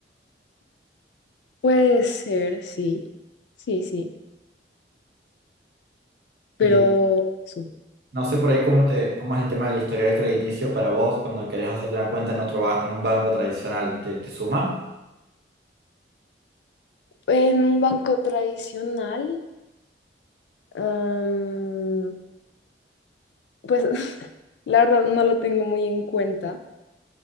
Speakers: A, on the left; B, on the right.
A: Puede ser, sí. Sí, sí. pero
B: Y
A: Sí.
B: No sé por ahí cómo te, cómo es el tema del historial crediticio para vos cuando querés hacerte una cuenta en otro ba- en un banco tradicional, ¿te, te suma?
A: en un banco tradicional, am, pues <laughs> la verdad no lo tengo muy en cuenta,